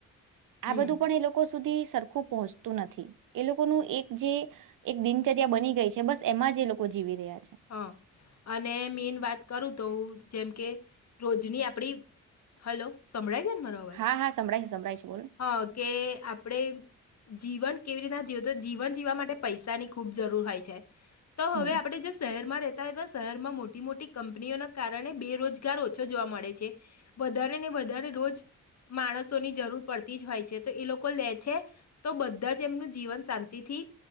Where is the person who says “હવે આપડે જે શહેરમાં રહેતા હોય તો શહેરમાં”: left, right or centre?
Left